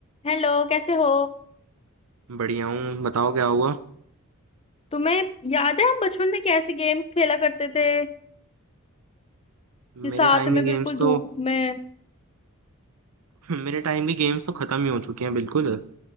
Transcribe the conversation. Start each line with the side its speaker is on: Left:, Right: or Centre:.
Left: Hello कैसे हो
Right: बढ़िया हूँ बताओ क्या हुआ
Left: तुम्हें याद है हम बचपन में कैसे गेम्स खेला करते थे कि
Right: मेरे
Left: साथ
Right: टाइम
Left: में
Right: ही
Left: बिल्कुल
Right: गेम्स तो
Left: धूप में
Right: <laughs> मेरे टाइम ही गेम्स तो खत्म ही हो चुके हैं बिल्कुल